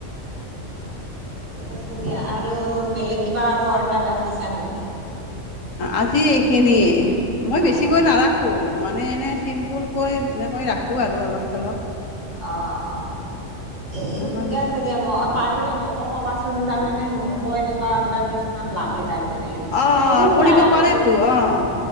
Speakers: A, on the right; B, on the left.
A: ঠিক আছে দিয়া আৰু বেলেগ কিবা আৰু অৰ্ডাৰ ৰাখিছা নেকি?
B: আজি এইখিনিয়ে মই
A: অ
B: বেছিকৈ নাৰাখো। ৰাখো মানে এনেই চিম্পুলকৈ এনেকৈ ৰাখো আৰু অলপ চলপ।
A: অ', অ' এ
B: এনেকৈ
A: ঠিকে
B: বেছি
A: আছে দিয়া মোক পাৰিলে মোকো ক'বাচোন তাৰমানে মোকো এনেকুৱা অৰ্ডাৰ কিছুমান লাগে তাৰমানে।
B: অ', অ'
A: সৰু সুৰা
B: কৰিব
A: আৰু
B: পাৰে তো অ'।